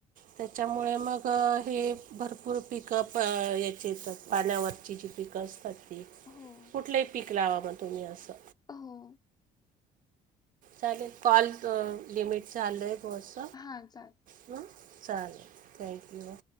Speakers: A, on the right; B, on the left.
A: त्याच्यामुळे मुळ हे भरपूर पिकं याचे येतात पाण्यावरची जी पिकं <inaudible>
B: हो
A: कुठलंही लावा मग तुम्ही असं
B: हो
A: चालेल कॉल लिमिटच झालय बस?
B: हा चालत
A: ठेवू चालेल थँक्यू